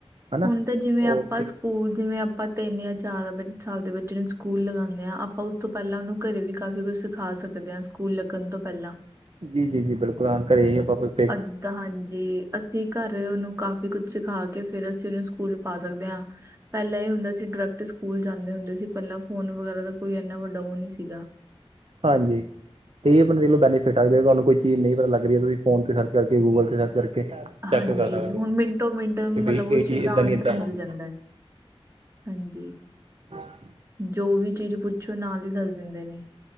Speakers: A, on the right; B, on the right.
A: ਹਨਾ
B: ਹੁਣ ਤਾਂ, ਜਿਵੇਂ
A: ਉਹ
B: ਆਪਾਂ, ਸਕੂਲ ਜਿਵੇਂ। ਪਤਾ ਹੀ ਨਹੀਂ ਹੈ। ਜਾਂ ਚਾਰ ਸਾਲ ਦੇ, ਬੱਚੇ ਨੂੰ ਸਕੂਲ ਲਗਾਉਂਦੇ ਹਾਂ। ਆਪਾਂ। ਆਪਾਂ ਉਸ ਤੋਂ ਪਹਿਲਾਂ, ਉਹਨੂੰ ਘਰੇ ਵੀ, ਕਾਫ਼ੀ ਕੁਛ ਸਿਖਾ ਸਕਦੇ ਹਾਂ। ਸਕੂਲ ਲੱਗਣ ਤੋਂ ਪਹਿਲਾਂ।
A: ਜੀ, ਜੀ- ਜੀ, ਬਿਲਕੁਲ। ਹਾਂ, ਘਰੇ ਹੀ ਆਪਾਂ ਬਿਲ-
B: ਅੱਧ ਹਾਂਜੀ। ਅਸੀਂ ਘਰ ਉਹਨੂੰ, ਕਾਫ਼ੀ ਕੁਝ ਸਿਖਾ ਕੇ, ਫੇਰ ਅਸੀਂ ਉਹਨੂੰ, ਸਕੂਲ ਪਾ ਸਕਦੇ ਹਾਂ। ਪਹਿਲਾਂ ਇਹ ਹੁੰਦਾ ਸੀ। ਡਾਇਰੈਕਟ ਸਕੂਲ ਜਾਂਦੇ ਹੁੰਦੇ ਸੀ। ਪਹਿਲਾਂ ਫੋਨ ਵਗੈਰਾ ਦਾ, ਕੋਈ ਇੰਨਾ ਵੱਡਾ ਉਹ, ਨਹੀਂ ਸੀਗਾ।
A: ਹਾਂਜੀ। ਤੇ, ਇਹ ਆਪਣੇ ਦੇਖ ਲੋ ਬੈਨੀਫਿਟ ਆ। ਜੇ ਤੁਹਾਨੂੰ ਕੋਈ ਚੀਜ਼ ਨਹੀਂ, ਪਤਾ ਲੱਗ ਰਹੀ ਹਾ। ਤੁਸੀ ਫੋਨ ਤੇ ਸਰਚ ਕਰਕੇ, ਗੂਗਲ ਤੇ ਸਰਚ, ਕਰ, ਚੈੱਕ
B: ਹਾਂਜੀ।
A: ਸਕਦੇ
B: ਹੁਣ
A: ਹੋ
B: ਮਿੰਟੋ- ਮਿੰਟ, ਮਤਲਬ
A: ਕਿ ਬਈ ਇਹ
B: ਉਸ ਚੀਜ਼ ਦਾ,
A: ਇੱਦਾਂ
B: ਆਨਸਰ
A: ਨਹੀਂ ਇੱਦਾਂ
B: ਮਿਲ
A: ਹੋਣੀ
B: ਜਾਂਦਾ ਹੈ। ਹਾਂਜੀ।
A: ਹਮ
B: ਜੋ ਵੀ ਚੀਜ਼ ਪੁੱਛੋ। ਨਾਲ ਹੀ, ਦੱਸ ਦਿੰਦੇ ਨੇ।